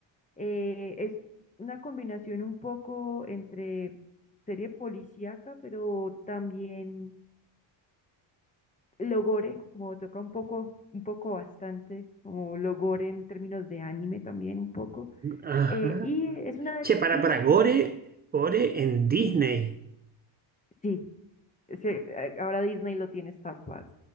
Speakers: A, on the left (about 15°); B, on the right (about 20°).
A: Eh, es una combinación un poco entre serie policíaca, pero también Logore, como toca un poco, un poco bastante, como Logore en términos de anime también un poco.
B: Ajá.
A: Eh, y es una detective
B: Che, para, para,
A: que
B: Gore,
A: se... re-
B: Gore en Disney.
A: Sí, se- eh, ahora Disney lo tiene Star Plus